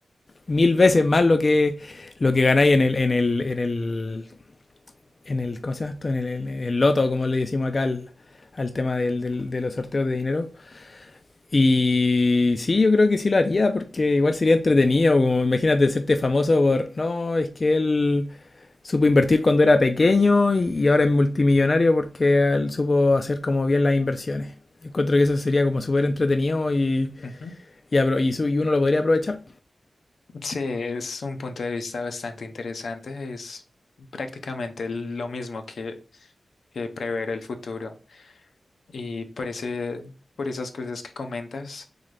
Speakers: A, on the left; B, on the left.
A: mil veces más lo que, lo que ganáis en el, en el, en el, en el, ¿cómo se llama esto? En el, en el loto, como le decimos acá al, al tema del, del- de los sorteos de dinero. Y sí, yo creo que sí lo haría, porque igual sería entretenido, como imagínate serte famoso por, no, es que él supo invertir cuando era pequeño y, y ahora es multimillonario porque él supo hacer como bien las inversiones. Encuentro que eso sería como súper entretenido y,
B: Ujú.
A: y, apro- y su- y uno lo podría aprovechar.
B: Sí, es un punto de vista bastante interesante. Es prácticamente lo mismo que que prever el futuro. Y por ese, por esas cosas que comentas,